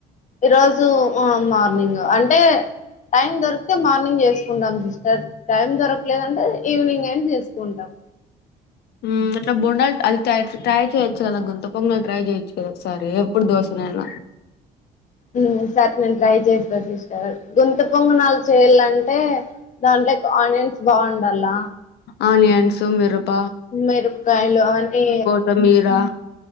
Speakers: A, on the left; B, on the left.
A: ఈరోజు ఆ మార్నింగు అంటే టైం దొరికితే మార్నింగ్ చేసుకుంటాం సిస్టర్ టైం దొరకలేదంటే ఈవినింగ్ అయిన చేసుకుంటాం
B: మ్ అట్ల బొండాలు అది ట్రైట్ ట్రై చేయోచ్చు కదా గుంతపొంగల్ ట్రై చేయొచ్చు కదా ఒకసారి ఎప్పుడు దోశనేన
A: మ్ ఈ సర్ నేను ట్రై చేస్తా సిస్టర్ గుంత పొంగనాలు చేయలంటే దాంట్లకి ఆనియన్స్ బావుండాలా
B: ఆనియన్స్ మిరుప
A: మీరపకాయలు అవన్నీ
B: సమీరా